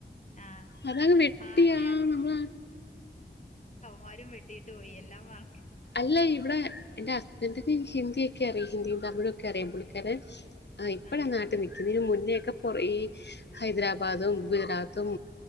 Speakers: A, on the left (about 40°); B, on the left (about 70°).
A: ആഹ്
B: അതങ്ങ് വെട്ടിയാ
A: ഭാഷ
B: നമ്മള
A: മാരും വെട്ടിട്ട് പോയി എല്ലാം മറ
B: ഇല്ല ഇവിടെ എന്റെ ഹസ്ബന്റിന് ഹിന്ദിയൊക്കെ അറിയാം ഹിന്ദിയും തമിഴൊക്കെ അറിയാം പുള്ളിക്കാരൻ ആ ഇപ്പോഴാ
A: ആഹ്
B: നാട്ടി നിക്കുന്നേ ഇതിനുമുന്നേ പിന്നെയൊക്കെ കൊറേ ഹൈദരാബാദും ഗുജറാത്തും